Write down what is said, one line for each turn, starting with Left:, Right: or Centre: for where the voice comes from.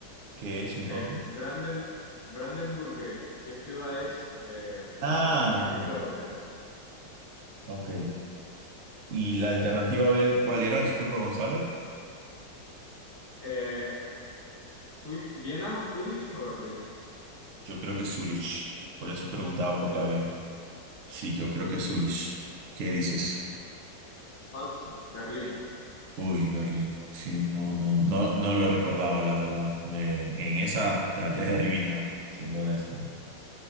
Right: ¿Qué es entonces?
Left: el Branden- Brandenburg Gate. ¿Qué ciudad es? eh, bueno,
Right: Ah,
Left: do- ¿a
Right: ok.
Left: qué ciudad pertenece?
Right: Ok. ¿Y la alternativa B cuál era? Disculpa, Gonzalo.
Left: Eh, Zú- ¿Viena, Zúrich o Berlín?
Right: Yo creo que Zurich. Por eso preguntaba por la B. Sí, yo creo que Zurich. ¿Qué dices?
Left: Falso, Berlín.
Right: Uy, Berlín. Sí, no, no, no, no lo recordaba, la verdad. Me, en esa traté de adivinar, siendo honesto.